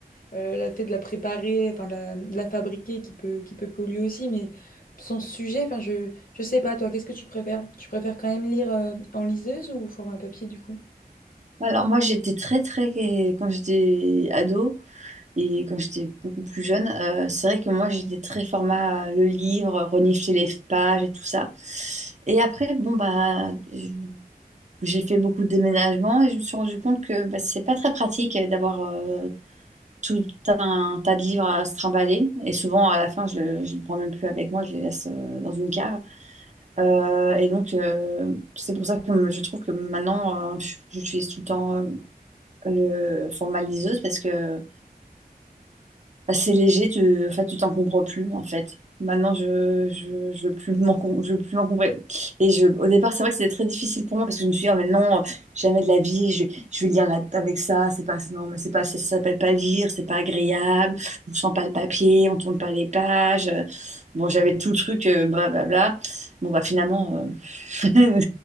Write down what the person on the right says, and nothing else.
Alors, moi, j'étais très, très. Quand j'étais ado, Et quand j'étais beaucoup plus jeune, euh, c'est vrai que moi j'étais très format euh, le livre, renifler les pages et tout ça. Et après, bon bah je- j'ai fait beaucoup de déménagements et je me suis rendu compte que bah, c'est pas très pratique euh, d'avoir euh, tout un tas de livres à se trimballer. Et souvent à la fin, je ne les prends même plus avec moi, je les laisse euh, dans une cave. Euh, et donc euh, c'est pour ça que je trouve que maintenant euh, je- j'utilise tout le temps euh, le format liseuse parce que Bah, c'est léger, tu, en fait, tu t'en comprends plus, en fait. Maintenant, je, je, je veux plus m'en, com- je veux plus m'encombrer. Et je, au départ, c'est vrai que c'était très difficile pour moi parce que je me suis dit, oh, mais non, jamais de la vie, je, je vais lire là- avec ça, c'est pas, non, mais c'est pas, ça s'appelle pas lire, c'est pas agréable, on sent pas le papier, on tourne pas les pages. Bon, j'avais tout le truc, euh, blablabla. Bon, bah, finalement, euh,